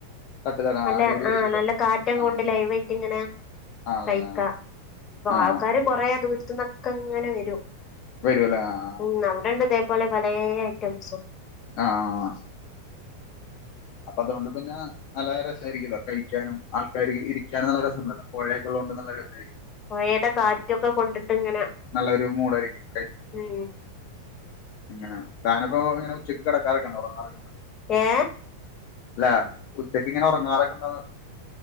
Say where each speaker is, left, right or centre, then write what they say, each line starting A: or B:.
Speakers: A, on the left; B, on the left.
A: തട്ടുകട
B: നല്ല
A: അടിപൊളി ആയിരിക്കുമല്ലോ
B: ആഹ് നല്ല കാറ്റകെ
A: ആ
B: കൊണ്ട് ലൈവായ്റ്റിങ്ങനെ
A: ആണല്ലേ
B: കഴിക്ക അപ്പൊ
A: ആ
B: ആൾക്കാര് കൊറേ ദൂരത്ത്ന്നൊക്കെങ്ങനെ വെരും
A: വെരൊലേ ആഹ്
B: ഉം അവിടെ ഉണ്ട് ഇതേപോലെ പലേ ഐറ്റംസും
A: അഹ ആഹ ആഹാ അപ്പതോണ്ട് പിന്നെ നല്ല രസായിരികുല്ലോ കഴിക്കാനും ആൾക്കാര് ഇരിക്കാനും നല്ല രസണ്ടല്ലോ പൊഴേക്കെള്ളോണ്ട് നല്ല രസായിരിക്കും
B: പൊയേടെ കാറ്റൊക്കെ കൊണ്ടിട്ട്ങ്ങനെ
A: നല്ലൊരു മൂടായിരിക്കും
B: ഉം
A: ഇങ്ങനെ താനപ്പോ ഇങ്ങനെ ഉച്ചക്ക് കിടക്കാറൊക്കെയുണ്ടോ ഉറങ്ങാറൊക്കെയുണ്ടോ?
B: ഏഹ്
A: അല്ല ഉച്ചക്ക്ങ്ങനെ ഒറങ്ങാറൊക്കെണ്ടോന്